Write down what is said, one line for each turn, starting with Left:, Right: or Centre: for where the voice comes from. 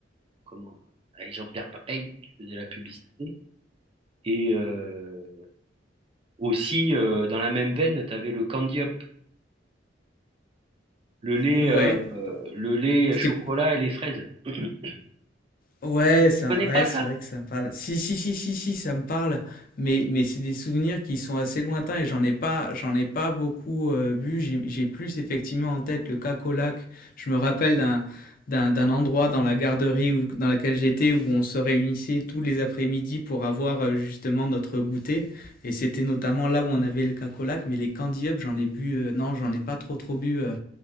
Right: comment, avec Jean-Pierre Papin qui faisait la publicité. Et euh, aussi, euh, dans la même veine, tu avais le candy-up. Le lait,
Left: ouais
Right: euh, le lait
Left: c'était
Right: chocolat et les fraises. <clears throat> Tu
Left: Ouais, ça,
Right: connais
Left: ouais,
Right: pas ça?
Left: c'est vrai que ça me parle. Si, si, si, si, si, ça me parle. Mais, mais c'est des souvenirs qui sont assez lointains et j'en ai pas, j'en ai pas beaucoup euh, bu. J'ai j'ai plus effectivement en tête le Cacolac. Je me rappelle d'un, d'un, d'un endroit dans la garderie où- dans laquelle j'étais où on se réunissait tous les après-midi pour avoir euh, justement notre goûter. Et c'était notamment là où on avait le Cacolac. Mais les Candy Up, j'en ai bu, euh, non, j'en ai pas trop trop bu. euh,